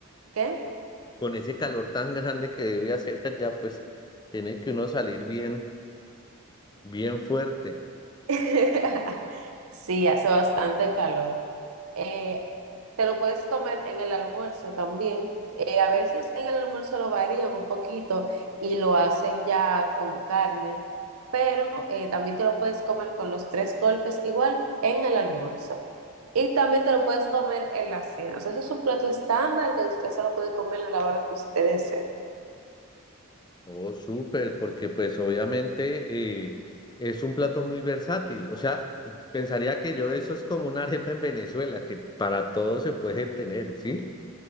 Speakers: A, on the right (about 80°); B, on the left (about 20°).
A: ¿Qué?
B: con ese calor tan grande que debe hacer <laughs> allá, pues tiene que uno salir bien, bien fuerte.
A: <laughs> Sí, hace bastante calor. Eh, te lo puedes comer en el almuerzo también. Eh, a veces en el almuerzo lo varían un poquito y lo hacen ya con carne, pero eh, también te lo puedes comer con los tres golpes igual en el almuerzo. Y también te lo puedes comer en la cena. O sea, eso es un plato estándar que usted solo puede comer a la hora que usted desee.
B: Oh, súper, porque pues obviamente eh, es un plato muy versátil. O sea, pensaría que yo eso es como una arepa en Venezuela, que para todo se puede tener, ¿sí?